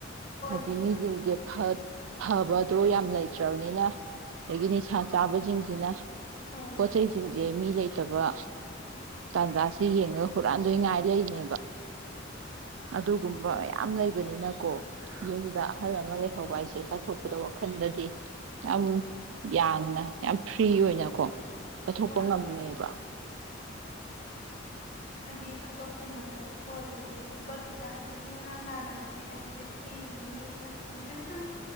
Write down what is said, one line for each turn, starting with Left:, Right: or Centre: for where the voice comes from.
Left: ꯍꯣꯏꯅꯦ
Right: ꯍꯥꯏꯗꯤ ꯃꯤꯁꯤꯡꯁꯦ ꯐꯠ ꯐꯕꯗꯣ ꯌꯥꯝ ꯂꯩꯇ꯭ꯔꯕꯅꯤꯅ ꯑꯗꯒꯤ ꯅꯤꯁꯥ ꯆꯥꯕꯁꯤꯡꯁꯤꯅ
Left: ꯎꯝ
Right: ꯄꯆꯩꯁꯤꯡꯁꯦ ꯃꯤ ꯂꯩ ꯐꯠꯇꯕ ꯇꯥꯟꯖꯥꯁꯤ ꯌꯦꯡꯉꯒ ꯍꯨꯔꯥꯟꯗꯣꯏꯉꯥꯏ ꯂꯩꯅꯦꯕ ꯑꯗꯨꯒꯨꯝꯕ ꯌꯥꯝꯌꯥꯝ ꯂꯩꯕꯅꯤꯅꯀꯣ ꯌꯨꯝꯗ ꯑꯍꯜ ꯑꯃ ꯂꯩꯍꯧꯕ ꯍꯥꯏꯁꯦ ꯆꯥꯎꯥꯛꯊꯣꯛꯄꯗ ꯋꯥꯈꯜꯗꯗꯤ ꯌꯥꯝ ꯌꯥꯡꯅ ꯌꯥꯝ ꯐ꯭ꯔꯤ ꯑꯣꯏꯅꯀꯣ ꯀꯠꯊꯣꯛꯄ
Left: ꯍꯣꯏ
Right: ꯉꯝꯃꯦꯕ
Left: ꯍꯥꯏꯗꯤ ꯊꯕꯛꯀꯨꯝꯕ ꯆꯠꯊꯣꯛꯄ ꯑꯣꯏꯔꯁꯨ ꯊꯕꯛꯇꯨꯗ ꯍꯥꯏꯗꯤ ꯅꯦꯅꯥ ꯇꯥꯅ ꯍꯥꯏꯗꯤ ꯑꯩꯁꯦ ꯊꯦꯡꯈꯤꯅꯤ ꯈꯣꯠꯈꯤꯅꯤ ꯍꯥꯏꯗꯤ ꯁꯨꯝ